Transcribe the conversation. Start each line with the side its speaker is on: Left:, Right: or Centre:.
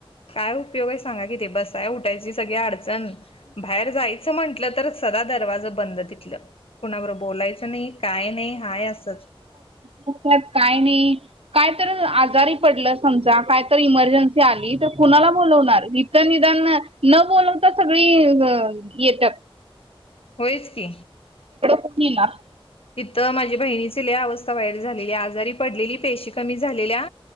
Left: काय उपयोगय सांगाकि ते बसाय उटायची सगळी अडचन बाहेर जायचं म्हटलं तर सदा दरवाजं बंद तितलं कुणाबर बोलायचं नइ काय नई हाय असंच.
Right: कुठंच काय नाइ. कायतरअ आजारी पडलं समजा कायतर इमर्जन्सी आली तर कुणाला बोलवणार? इ त निदानअ न बोलवता सगळी ग येत्यात.
Left: होयचकी.
Right: इकडं कोन येनार?
Left: त्तीत माझी बहिणीची लई अवस्था वाईट झालेली आजारी पडलेली पेशी कमी झालेल्या.